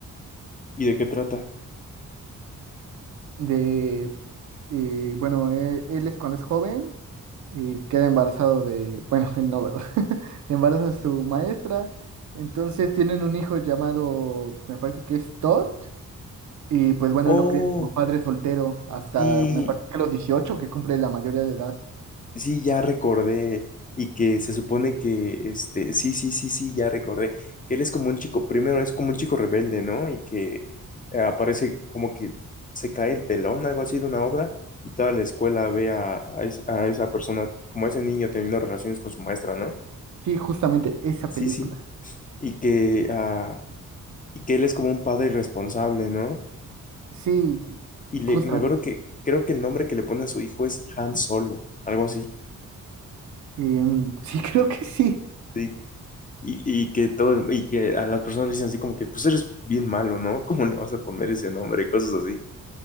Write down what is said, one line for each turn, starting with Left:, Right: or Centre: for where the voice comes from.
Left: ¿Y de qué trata?
Right: de, eh, bueno, él, él es cuando es joven y queda embarazado de, bueno, <laughs> él no, ¿verdad? <laughs> Embaraza a su maestra. Entonces tienen un hijo llamado, me parece que es Todd. Y pues bueno,
Left: Oh,
Right: él lo cría como padre soltero hasta
Left: sí,
Right: me parece que a los 18 que cumple la mayoría de edad.
Left: Sí, ya recordé. Y que se supone que, este, sí, sí, sí, sí, ya recordé. Que él es como un chico, primero es como un chico rebelde, ¿no? Y que eh, aparece como que se cae el telón, algo así de una obra, y toda la escuela ve a, a es- a esa persona, como a ese niño teniendo relaciones con su maestra, ¿no?
Right: Sí, justamente esa
Left: Sí,
Right: película.
Left: sí. Y que, ah, y que él es como un padre irresponsable, ¿no?
Right: Sí,
Left: Y, le,
Right: justamente.
Left: y me acuerdo que creo que el nombre que le pone a su hijo es Han Solo, algo así.
Right: Em, sí, <laughs> creo que sí,
Left: Sí. Y, y que todo el- y que a las personas le dicen así como que, pues eres bien malo, ¿no? <laughs> ¿Cómo le vas a poner ese nombre? Cosas así.